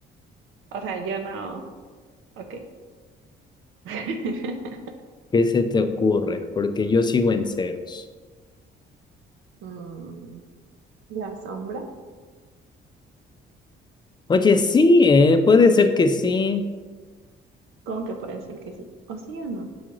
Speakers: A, on the right; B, on the left.
A: O sea, yo no. Ok. <laughs>
B: ¿Qué se te ocurre? Porque yo sigo en ceros.
A: Mm, La sombra,
B: Oye, sí, eh, puede ser que sí.
A: ¿cómo que puede ser que sí? ¿O sí o no?